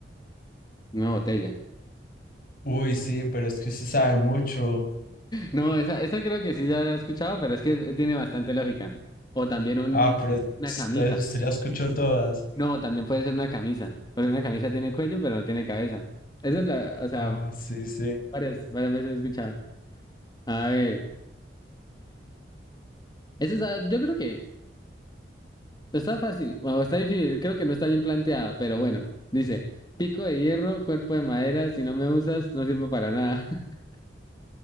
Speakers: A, on the left; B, on the left.
A: Una botella.
B: Uy, sí, pero es que usted sabe mucho.
A: No, esa, esa creo que sí ya la he escuchado, pero es que eh, tiene bastante lógica. O también un,
B: Ah, pero entonces
A: una camisa.
B: usted ya escuchó todas.
A: No, también puede ser una camisa, porque una camisa tiene cuello, pero no tiene cabeza. Esa es la, o sea,
B: Ah, sí, sí.
A: varias, varias veces he escuchado. A ver, eso está, yo creo que está fácil, o está difícil, creo que no está bien planteada, pero bueno, dice, pico de hierro, cuerpo de madera, si no me usas, no sirvo para nada. <laughs>